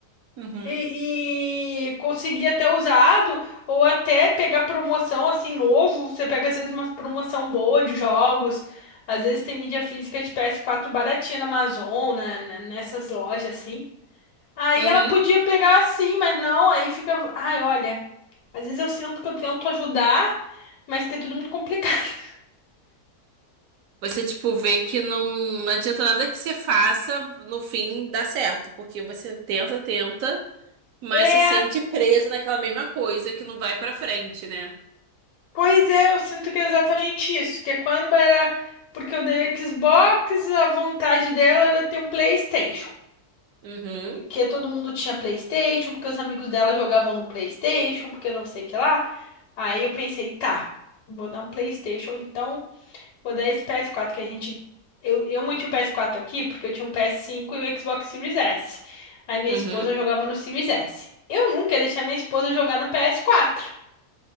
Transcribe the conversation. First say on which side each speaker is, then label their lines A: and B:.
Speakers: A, on the right (about 70°); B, on the left (about 75°).
A: Uhum.
B: E, e conseguir até usado ou até pegar promoção assim novo. Você pega às vezes uma promoção boa de jogos. Às vezes tem mídia física de ps quatro baratinha na Amazon, né, né, nessas lojas assim. Aí
A: Uhum.
B: ela podia pegar assim, mas não, aí fica, ai, olha, às vezes eu sinto que eu tento ajudar, mas que é tudo muito complicado. <laughs>
A: Você, tipo, vê que não, não adianta nada que você faça, no fim dá certo. Porque você tenta, tenta. Mas
B: É,
A: se sente presa naquela mesma coisa que não vai pra frente, né?
B: pois é, eu sinto que é exatamente isso, que é quando era porque eu dei Xbox, a vontade dela era ter um PlayStation.
A: Uhum,
B: Que todo mundo tinha PlayStation, porque os amigos dela jogavam no PlayStation, porque não sei o que lá. Aí eu pensei, tá, vou dar um PlayStation, então vou dar esse ps quatro que a gente. Eu, eu mantive o ps quatro aqui porque eu tinha um ps cinco e o Xbox Series S. Aí minha
A: uhum,
B: esposa jogava no Series S. Eu nunca ia deixar minha esposa jogar no ps quatro